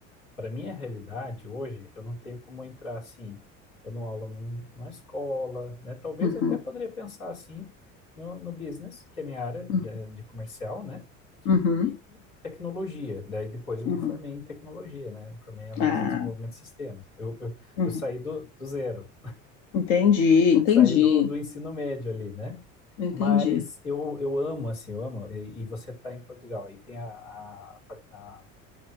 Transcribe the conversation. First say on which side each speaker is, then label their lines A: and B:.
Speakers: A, on the left; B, on the left.
A: para minha realidade hoje, eu não tenho como entrar assim, dando aula num, numa escola, né? Talvez
B: Uhum,
A: eu até poderia pensar assim no, no business, que é minha área de,
B: uhum,
A: de comercial, né?
B: uhum,
A: E e tecnologia, daí depois eu
B: uhum.
A: me formei em tecnologia, né? Formei em análise
B: Ah,
A: e desenvolvimento de sistemas. Eu, eu,
B: uhum.
A: eu saí do, do zero
B: Entendi, entendi,
A: saí do, do ensino médio ali, né?
B: entendi.
A: Mas eu, eu amo, assim, eu amo. E, e você está em Portugal, aí tem a, a, fa- a